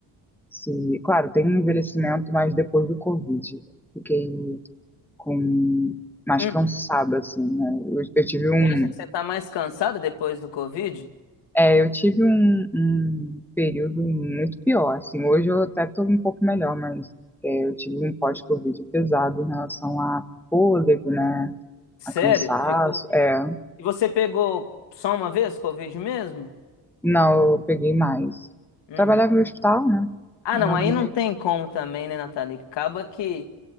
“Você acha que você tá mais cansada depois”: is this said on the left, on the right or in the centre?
Left